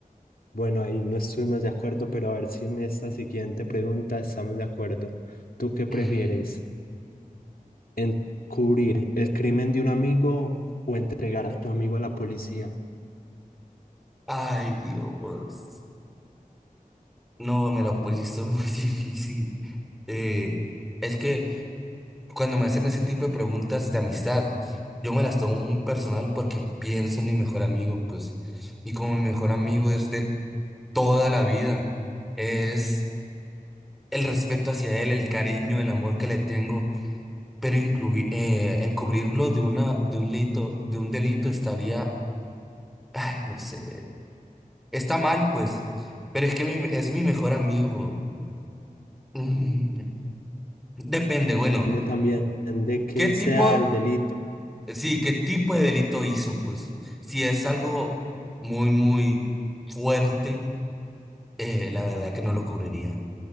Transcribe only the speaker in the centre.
<laughs> Ujú.
Ay, Dios. No, me la pusiste muy <laughs> difícil. Eh, es que cuando me hacen ese tipo de preguntas de amistad, yo me las tomo muy personal porque pienso en mi mejor amigo, pues, y como mi mejor amigo es de toda la vida, es el respeto hacia él, el cariño, el amor que le tengo, pero incluir, encubrirlo de una, de un delito, de un delito estaría, ay, no sé, está mal, pues, pero es que mi- es mi mejor amigo. Mm, depende, bueno,
¿qué tipo?
Sí, ¿qué tipo de delito hizo? Pues si es algo muy, muy fuerte, eh, la verdad que no lo cubriría.